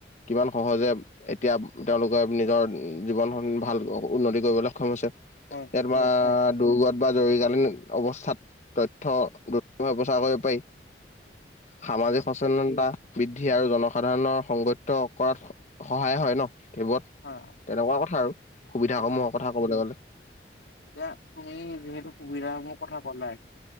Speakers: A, on the left (about 40°); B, on the left (about 75°).
A: কিমান সহজে, এতিয়া তেওঁলোকে নিজৰ জীৱনখন ভাল উন্নতি কৰিবলে সক্ষম হৈছে।
B: হয়
A: এম <unintelligible>
B: হয়
A: দুৰ্গত বা জৰুৰীকালীন অৱস্থাত তথ্য দুৰভাৱে প্ৰচাৰ কৰিব পাৰি।
B: <inaudible>
A: সামাজিক সচেতনা, বৃদ্ধি আৰু জনসাধাৰণৰ সংগত কৰাত সহায় হয় ন সেইবোৰত।
B: হয়
A: তেনেকুৱা কথা আৰু সুবিধা সমূহৰ
B: হয়
A: কথা কবলে গ'লে।
B: এতিয়া তুমি যিহেতু সুবিধা মোৰ কথা পলাই